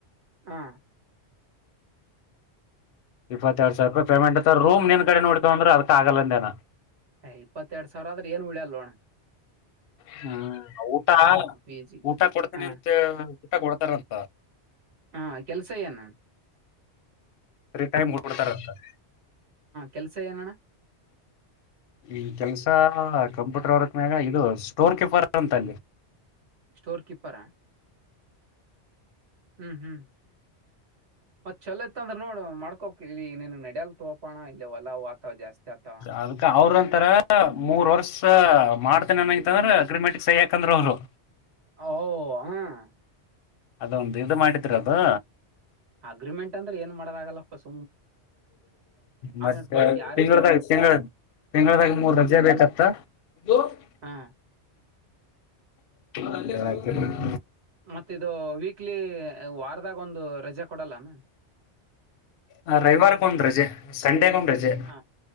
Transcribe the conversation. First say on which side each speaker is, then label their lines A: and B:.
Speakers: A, on the right; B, on the left.
A: ಹಾ
B: ಇಪ್ಪತ್ತರಡು ಸಾವಿರ ರೂಪಾಯ ಪೇಮೆಂಟ್ ಅಂತ ರೂಮ್ <unintelligible> ಅಂದ್ರ ಅದಕ್ ಆಗಲ್ಲಂದೇನ
A: ಏ ಇಪ್ಪತ್ತೆರಡು ಸಾವಿರ ಆದ್ರೆ ಏನು ಉಳಿಯಲ್ಲೋಣ <unintelligible>
B: ಹ್ಮ್ ಊಟ
A: ಹ ಪಿ ಜಿ
B: ಊಟ ಕೊಡ್ತೇನಿ
A: ಹಾ
B: ಅಂತ <unintelligible> ಊಟ ಕೊಡ್ತಾರಂತ
A: ಹಾ ಕೆಲ್ಸ ಏನ್
B: <unintelligible>
A: ಕೆಲ್ಸ ಏನಣ್ಣ
B: ಈ ಕೆಲಸ ಕಂಪ್ಯೂಟರ್ ವರ್ಕ್ ಮ್ಯಾಗ ಇದು ಸ್ಟೋರ್ ಕೀಪರ್ ಅಂತ ಅಲ್ಲಿ
A: ಸ್ಟೋರ್ ಕೀಪರಾ ಹ್ಮ್ ಹ್ಮ್ ಮತ್ ಚಲೋ ಇತ್ ಅಂದ್ರೆ ನೋಡ ಮಾಡ್ಕೋಕ್ ಇಲ್ಲಿ ನೀನು ನಡಲ್ <unintelligible> ತೋಪೋಣ ಇಲ್ಲ ಹೊಲ ವಾತಾವ ಜಾಸ್ತಿ ಆತಾವ
B: ಅದಕ ಅವ್ರ ಅಂತರ ಮೂರ್ ವರ್ಷ ಮಾಡ್ ಮತ್ತೆ ನನಂತಂದ್ರೆ <unintelligible> ಅಗ್ರಿಮೆಂಟ್ ಸಹಿ ಆಕಂದ್ರು ಅವರು
A: ಓ ಔ ಆ <unintelligible>
B: ಅದೊಂದು ಇದು ಮಾಡಿದ್ರ ಅದು
A: ಅಗ್ರಿಮೆಂಟ್ ಅಂದ್ರ ಏನ್ ಮಾಡದಾಗಗಲ್ಲಪ್ಪ <unintelligible>
B: ಮತ್ತೆ
A: ಇರ್ತಾನ ಯಾರ್
B: ತಿಂಗಳದಾಗ
A: ಇರ್ತಾರಲ್ಲಿ
B: ತಿಂಗಳ ತಿಂಗಳದಾಗ ಮೂರ್ ರಜೆ ಬೇಕತ್ತ <unintelligible>
A: ಹಾ
B: <unintelligible>
A: ಮತ್ತ ಇದು ವೀಕ್ಲಿ ವಾರದ್ ಅದಾಗ ಒಂದು ರಜೆ ಕೊಡಲ್ಲನು
B: ಹ ರೈವಾರಕಂದ <unintelligible> ರಜೆ ಸಂಡೇಗ ಒಂದ್ ರಜೆ
A: ಹ